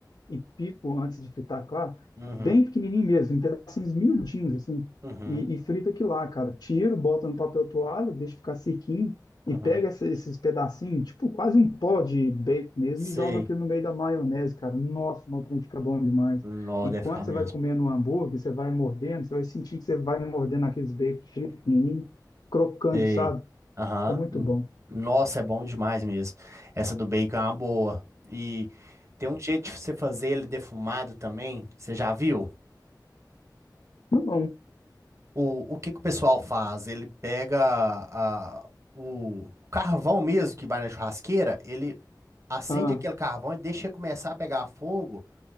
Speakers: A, on the left; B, on the right.
A: e pico antes de fritar, claro,
B: uhum,
A: bem pequenininho mesmo, em pedacinhos miudinhos, assim,
B: uhum,
A: e, e frita aqui lá, cara. Tiro, bota no papel toalha, deixa ficar sequinho
B: uhum,
A: e pega essa- esses pedacinhos, tipo quase um pó de bacon mesmo,
B: sei.
A: e joga aquilo no meio da maionese, cara. Nossa, o trem fica bom demais.
B: Não,
A: E
B: deve
A: quando
B: ficar
A: você
B: mesmo.
A: vai comendo um hambúrguer, você vai mordendo, você vai sentindo que você vai mordendo aqueles bacon frito, pequenininho, crocante,
B: Sei.
A: sabe?
B: Aham.
A: Fica muito
B: N-
A: bom.
B: Nossa, é bom demais mesmo. Essa do bacon é uma boa. E tem um jeito de você fazer ele defumado também. Você já viu?
A: Não,
B: O, o que que o pessoal faz? Ele pega a, o carvão mesmo que vai na churrasqueira, ele acende
A: ah,
B: aquele carvão e deixa começar a pegar fogo.